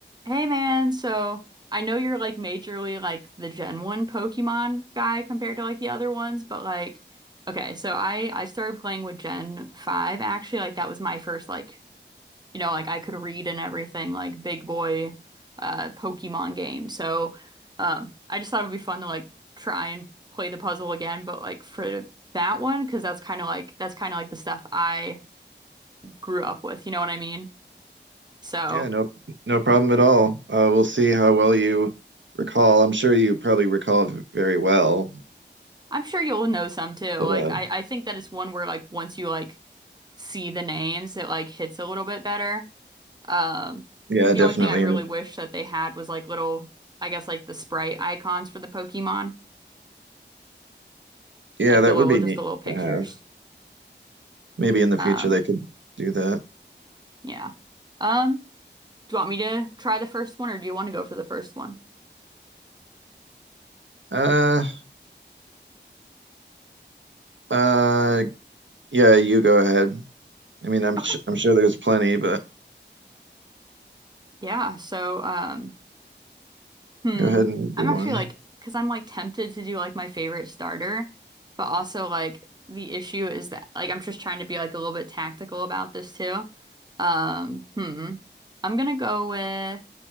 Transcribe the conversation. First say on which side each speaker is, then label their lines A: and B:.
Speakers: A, on the right; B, on the right.
A: Hey man, so I know you're like majorly like the Gen 1 Pokemon guy compared to like the other ones, but like okay, so I I started playing with Gen 5 actually, like that was my first like you know, like I could read and everything like big boy uh Pokemon game. So um I just thought it would be fun to like try and play the puzzle again, but like for that one 'cause that's kind of like that's kind of like the stuff I grew up with, you know what I mean? So
B: Yeah, no, no problem at all. Uh, we'll see how well you recall. I'm sure you probably recall v- very well,
A: I'm sure you'll know some too. Like
B: but uh,
A: I, I think that it's one where like once you like see the names, it like hits a little bit better. Um,
B: yeah,
A: the
B: definitely.
A: only thing I really
B: And it,
A: wish that they had was like little, I guess like the sprite icons for the Pokemon,
B: yeah,
A: like
B: that
A: the little,
B: would be
A: just
B: neat
A: the little pictures.
B: to have. Maybe in the
A: Um,
B: future they could do that.
A: yeah. Um, do you want me to try the first one or do you want to go for the first one?
B: Uh, uh, yeah, you go ahead. I mean, I'm sh
A: Okay.
B: I'm sure there's plenty, but
A: Yeah. So, um. Hmm.
B: go ahead and do
A: I'm actually
B: one.
A: like, because I'm like tempted to do like my favorite starter, but also like the issue is that like I'm just trying to be like a little bit tactical about this too. Um, hmm. I'm gonna go with